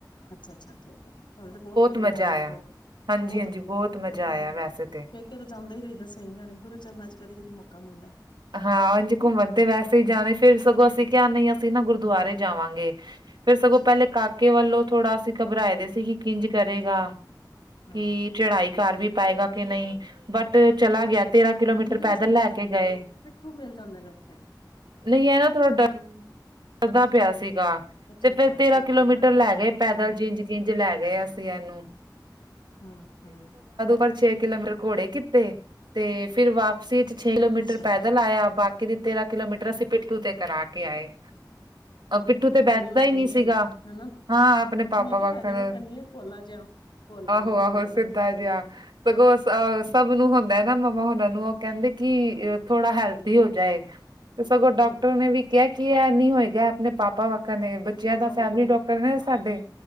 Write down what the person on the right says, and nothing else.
ਮਜ਼ਾ
ਆਇਆ।
ਹਾਂਜੀ-ਹਾਂਜੀ
ਮਜ਼ਾ
ਆਇਆ
ਵੈਸੇ ਤੇ
ਹਾਂ ਉਝ
ਘੁੰਮਣ ਤੇ ਵੈਸੇ ਈ ਜਾ ਰਏ, ਫਿਰ ਸਗੋਂ ਅਸੀਂ ਕਿਹਾ ਨਹੀਂ, ਅਸੀਂ ਨਾ ਗੁਰਦੁਆਰੇ ਜਾਵਾਂਗੇ। ਫੇਰ ਸਗੋਂ
ਪਹਿਲੇ ਕਾਕੇ ਵੱਲੋਂ ਥੋੜਾ ਅਸੀਂ ਘਬਰਾਏ ਦੇ ਸੀ ਕਿ ਕਿੰਜ ਕਰੇਗਾ,
ਕਿ ਚੜਾਈ ਕਰ ਵੀ ਪਾਏਗਾ ਕਿ ਨਹੀਂ, ਬਟ ਚਲਾ ਗਿਆ ਤੇਰਾਂ ਕਿਲੋਮੀਟਰ
ਪੈਦਲ
ਲੈ
ਕੇ ਗਏ।
ਨਈ ਐ ਨਾ ਥੋੜਾ ਡ
ਡਰਦਾ ਪਿਆ ਸੀਗਾ।
ਤੇ ਫਿਰ
ਤੇਰਾਂ
ਕਿਲੋਮੀਟਰ
ਲੈ
ਗਏ ਪੈਦਲ ਜਿੰਜ ਕਿੰਝ ਲੈ ਗਏ ਅਸੀਂ ਏਨੂੰ।
ਪਰ ਛੇ ਕਿਲੋਮੀਟਰ ਘੋੜੇ ਕੀਤੇ। ਤੇ ਫੇਰ ਵਾਪਸੀ ਚ ਛੇ ਕਿਲੋਮੀਟਰ
ਪੈਦਲ ਆਇਆ ਬਾ ਕੀ ਦੇ ਤੇਰਾਂ ਕਿਲੋਮੀਟਰ ਅਸੀਂ ਪਿੱਟੂ ਤੇ ਕਰਾ ਕੇ ਆਏ। ਪਿੱਠੂ ਤੇ ਬੈਠਦਾ
ਈ ਨੀ ਸੀਗਾ।
ਹਾਂ ਆਪਣੇ ਪਾਪਾ
ਵਾਕਰ।
ਆਹੋ-ਆਹੋ
ਸਿੱਧਾ ਜੇਆ ਸਗੋਂ ਸ ਹਨੂੰ ਹੁੰਦਾ ਐ ਨਾ ਮੰਮਾ ਹੋਨਾ ਨੂੰ ਓ ਕੋਂਦੇ ਕੀ, ਥੋੜਾ ਹੈਲਦੀ ਹੋ ਜਾਏ। ਤੇ ਸਗੋਂ ਡਾਕਟਰ
ਨੇ ਵੀ ਕੇਆ ਕੀ ਐ ਨੀ ਹੋਏਗਾ ਆਪਣੇ ਪਾਪਾ ਵਾਕਾਂ ਨੇ ਬ ਚਿਆਂ
ਦਾ
ਫੈਮਿਲੀ ਡਾਕਟਰ ਨੇ
ਸਾਡੇ